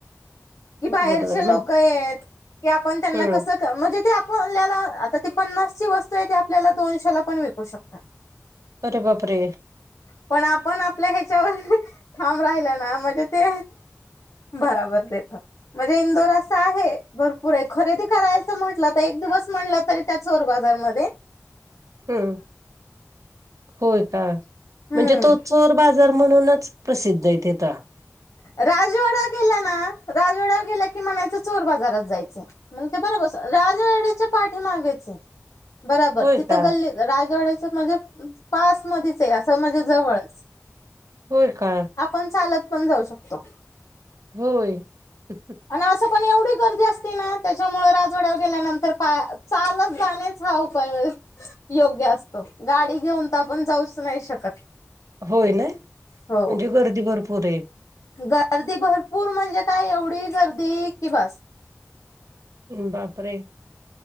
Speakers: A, on the left; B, on the right.
A: कि बाहेरचे
B: बरोबर म्हण
A: लोक आहेत की आपण त्यांना
B: हं.
A: कसं म्हणजे ते आपल्याला, आता ती पन्नासची वस्तू आहे ते आपल्याला दोनशे ला पण विकू शकतात. <inaudible>
B: अरे बापरे
A: पण आपण आपल्या ह्याच्यावर, ठाम राहिलं ना, म्हणजे ते भराबर देतात. मजे इंदोर असं आहे, भरपूरय. खरेदी करायचं म्हंटलं तर, एक दिवस म्हणलं तरी त्या चोर बाजारमधे
B: हम्म. होय का?
A: हम्म
B: म्हणजे तो चोर बाजा जार म्हणूनच, प्रसिद्धय तिथं.
A: राजवाडा गेला ना, राजवाड्यावर गेलं की, म्हणायचं चोर बाजारात जायचंय‌. मग ते बरोबर सो राजवाड्याच्या पाठीमागेचय. बराबर.
B: होय
A: तिथं
B: का?
A: गल्ली राजवाड्याच्या म्हजे, पास मधीचय. असं म्हजे, जवळच.
B: होय का?
A: आपण चालत पण जाऊ शकतो.
B: होय. <unintelligible>
A: अन् असं पण एवढी गर्दी असते ना, त्याच्यामुळं, राजवाड्यावर गेल्यानंतर पा चालत जाणे हा उपाय योग्य असतो. गाडी घेऊन तर आपण जाऊच नाही शकत.
B: होय नाय.
A: हो
B: म्हणजे गर्दी भरपूरय.
A: गर्दी भरपूर म्हणजे काय, एवढी गर्दी कि बस.
B: बापरे!